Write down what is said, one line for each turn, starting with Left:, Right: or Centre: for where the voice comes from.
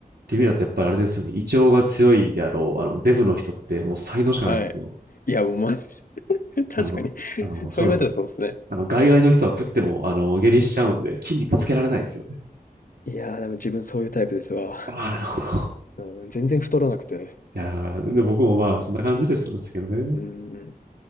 Right: ていう意味だとやっぱりあれですよね。胃腸が強いであろう、あの、デブの人ってもう才能しかないんですよ。
Left: はい。いや、もう、まあ <laughs> 確かに
Right: あの、あの、
Left: <laughs> そう言われたらそうですね。
Right: そうですよ。あの、ガリガリの人は食っても、あの、下痢しちゃうんで、筋肉つけられないんですよね。
Left: いやー、でも自分そういうタイプですわ。
Right: ああ、なるほど。
Left: うん、全然太らなくて。
Right: いやーで僕もまあ、そんな感じでしたんですけどね。
Left: うん、